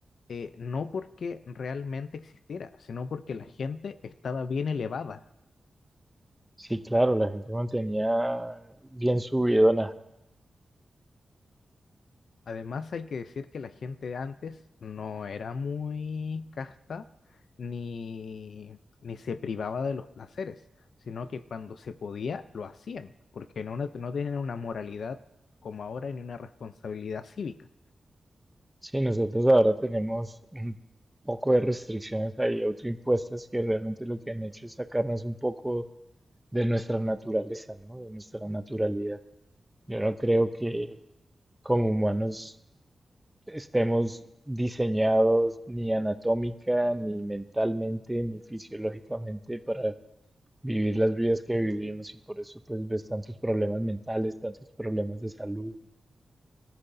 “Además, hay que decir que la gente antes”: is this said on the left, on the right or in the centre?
Left